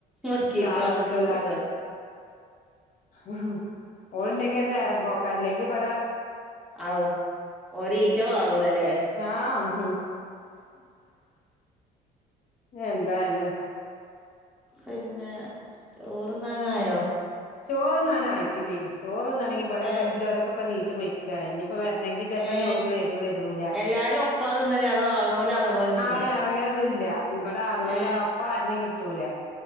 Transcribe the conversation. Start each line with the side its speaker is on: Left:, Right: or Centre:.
Centre: മുറിക്കിട്ട്
Left: ഷാളിട്ടിട്ടും
Centre: അവ്ത്ത് കുത്തിർന്നാണ്ട്
Left: ഉ ഓൾ ഉണ്ടെങ്കി നേരംപോക്കാ അല്ലെങ്കിബട
Centre: ഔ ഒരീച്ച പാറൂലല്ലേ
Left: ആഹ് എന്തായാലും
Centre: പിന്നെ ചോറ്ന്നാനായോ
Left: ചോറൊന്നാന ആയിട്ടില്ലേ ചോറൊന്നാണെങ്കി ഇവിടെ
Centre: ഏ
Left: വല്ലോലൊക്കെ ഇപ്പ നീച്ചു പൊയ്കാണ് ഇപ്പ വർണെങ്കി ചെലപ്പോ
Centre: ഏ
Left: ചോറിനുവെരും വരൂല
Centre: എല്ലാരും ഒപ്പാ തിന്നല് അതോ ആകണോല് ആകണോല് തിന്നേ
Left: അം അങ്ങനെ അങ്ങ ന്നുല്ല ഇവിടെ ആകണ
Centre: ഏ
Left: ആ പ്പ ആരനെയും കിട്ടൂല